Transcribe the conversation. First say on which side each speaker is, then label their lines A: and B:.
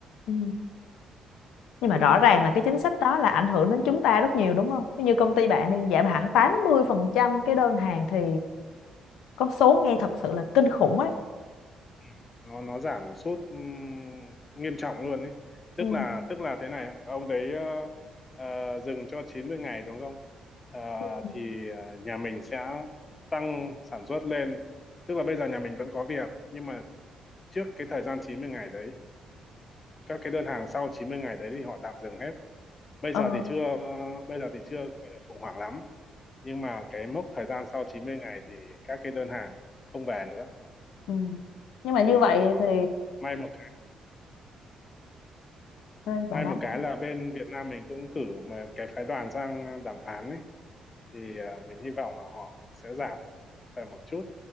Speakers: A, on the left (about 80°); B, on the left (about 30°).
A: ừ. Nhưng mà rõ ràng là cái chính sách đó là ảnh hưởng đến chúng ta rất nhiều đúng không? Như công ty bạn đi giảm hẳn 80% cái đơn
B: Ừ.
A: hàng thì con số nghe thật sự là kinh khủng ấy.
B: Ừ, nó nó giảm sút ừm, nghiêm trọng luôn ấy tức
A: Ừ.
B: là tức là thế này ông đấy ờ, ờ, dừng cho 90 ngày đúng không Ờ,
A: Ừ.
B: thì ờ, nhà mình sẽ tăng sản xuất lên tức là bây giờ nhà mình vẫn có việc nhưng mà trước cái thời gian 90 ngày đấy các cái đơn hàng sau 90 ngày đấy thì họ tạm dừng hết bây
A: Ờ.
B: giờ thì chưa bây giờ thì chưa gọi là khủng hoảng lắm nhưng mà cái mốc thời gian sau 90 ngày thì các cái đơn hàng không về nữa
A: Ừ. Nhưng mà
B: thì
A: như vậy
B: à,
A: thì
B: may một
A: Ừ, bạn
B: May
A: nói
B: một
A: <laughs>
B: cái là bên Việt Nam mình cũng cử mà cái phái đoàn sang đàm phán ấy thì à, mình hy vọng là họ sẽ giảm về một chút.